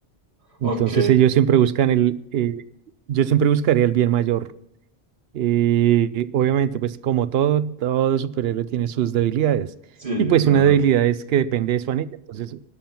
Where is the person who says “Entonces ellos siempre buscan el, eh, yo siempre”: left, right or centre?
Right